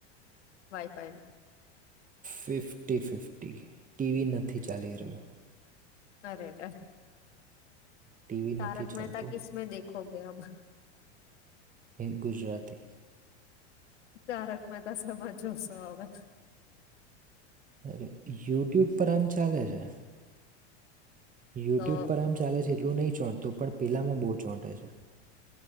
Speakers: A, on the left; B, on the right.
A: વાઈફાઈ?
B: ફિફ્ટી ફિફ્ટી, ટીવી નથી ચાલી રહ્યો.
A: અરે.
B: ટીવી
A: તારક
B: નથી
A: મહેતા
B: ચાલતું
A: કેસમે દેખો. હો ગયા.
B: એક ગુજરાતી.
A: તારક મહેતા સમાં જોશો હવે?
B: અરે યુટ્યુબ પર આમ ચાલે છે. યુટ્યુબ
A: તો
B: પર એમ ચાલે છે એટલું નહીં. ચોંટતું પણ પીલામાં બહુ ચોંટે છે.